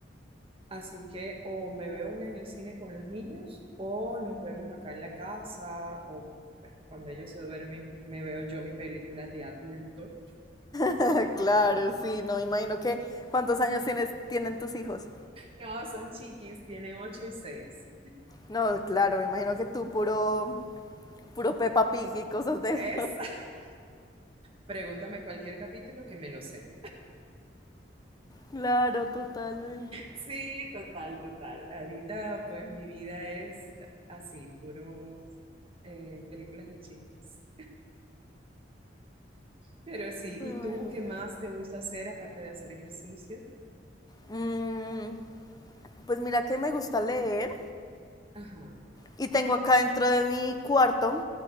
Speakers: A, on the right; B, on the left.
A: Así que o me veo una en el cine con los niños o nos vemos acá en la casa o pues, cuando ellos se duermen me veo yo mi película de adulto
B: <laughs> claro, sí, no, imagino que... ¿Cuántos años tienes, tienen tus hijos?
A: No, son chiquis, tienen ocho y seis.
B: No, claro, me imagino que tú puro puro Peppa Pig y cosas de
A: Es,
B: eso
A: <laughs> pregúntame cualquier capítulo que me lo sé.
B: Claro, totalmente.
A: Sí, total, total. Ahorita, pues, mi vida es así, puros eh, películas de chiquis. Pero sí,
B: Pero
A: ¿y
B: bueno.
A: tú qué más te gusta hacer aparte de hacer ejercicio?
B: Mm, pues mira que me gusta leer
A: Ajá.
B: y tengo acá dentro de mi cuarto,